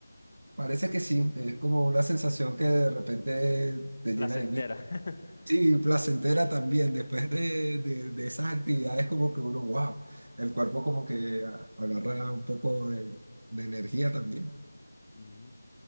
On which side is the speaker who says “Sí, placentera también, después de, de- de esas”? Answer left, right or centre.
Right